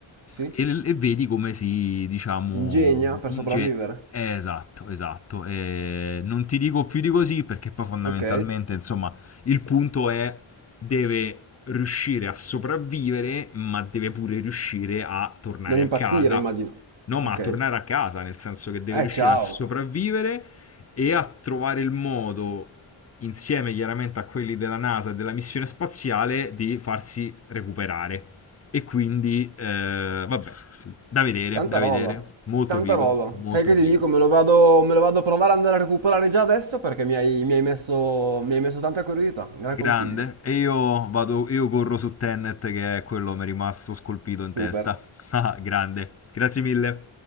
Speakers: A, on the right (about 70°); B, on the left (about 35°).
A: Sì.
B: e, e vedi come si, diciamo,
A: Ingegna per
B: inge...
A: sopravvivere.
B: eh, esatto, esatto. E non ti dico più di così perché poi fondamentalmente,
A: Ok.
B: insomma, il punto è deve riuscire a sopravvivere, ma deve pure riuscire a tornare
A: Non impazzire,
B: a casa
A: immagino.
B: No, ma
A: Ok.
B: a tornare a casa, nel senso che deve
A: Eh,
B: riuscire
A: ciao.
B: a sopravvivere e a trovare il modo, insieme chiaramente a quelli della NASA e della missione spaziale, di farsi recuperare. E quindi, eh, vabbè, da vedere,
A: Tanta
B: da vedere.
A: roba.
B: Molto
A: Tanta
B: figo,
A: roba.
B: molto
A: Sai che
B: figo.
A: ti dico? Me lo vado, me lo vado a provare ad andare a recuperare già adesso perché mi hai, mi hai messo, mi hai messo tanta curiosità. Gran
B: Grande.
A: consiglio.
B: E io vado, io corro su Tenet, che è quello che mi è rimasto scolpito in testa.
A: Super.
B: <laughs> Ah, Grande. Grazie mille.